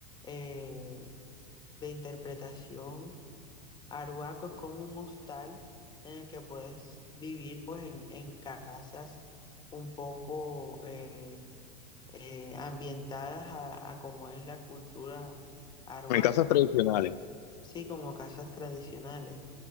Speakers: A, on the left; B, on the left.
A: eh, de interpretación. Aruaco es como un hostal en el que puedes vivir pues en, en casas un poco eh, eh, ambientadas a, a como es la cultura aruaca,
B: En casas tradicionales.
A: ¿no? Sí, como casas tradicionales,